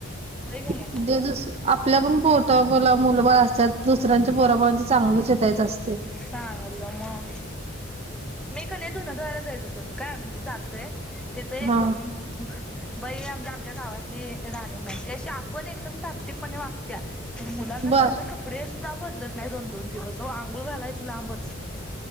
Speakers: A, in the centre; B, on the right (about 30°).
A: की
B: देव
A: नाही
B: जसं आपलं आपल्या पण पोटाला मुलंबाळ असत्यात दुसऱ्यांच्या पोराबाळांच चांगलं चित्तायचं असतय
A: चांगलं मग मी क कि नाही धुन धुवायला जाईत होतो काय म्हणजे जातोय तिथ एक
B: हा
A: अं अं बाई म्हणजे आमच्या आमच्या गावातली राणी म्हणून आहे ती अशी आपण एकदम टापटीप पणे असत्या पण मुलांना
B: बर
A: साधे कपडे सुद्धा बदलत नाही दोन दोन दिवस आंघोळ घालायचं लांबच